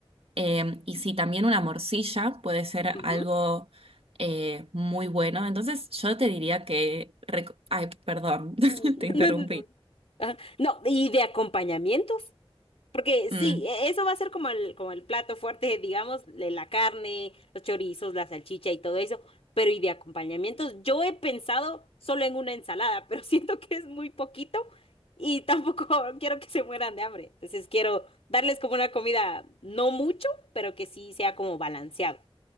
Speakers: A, on the right; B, on the left.
A: Eh, y si también una morcilla puede ser
B: ujú.
A: algo eh, muy bueno. Entonces yo te
B: Y-
A: diría que... reco- Ay, perdón,
B: <laughs>
A: <laughs>
B: no,
A: te interrumpí.
B: no te preocupes. Ajá. No, y de acompañamientos. Porque sí,
A: Mm,
B: e- eso va a ser como el, como el plato fuerte, digamos, de la carne, los chorizos, la salchicha y todo eso. Pero y de acompañamientos, yo he pensado solo en una ensalada, pero <laughs> siento que es muy poquito y tampoco <laughs> quiero que se mueran de hambre. Entonces quiero darles como una comida, no mucho, pero que sí sea como balanceado.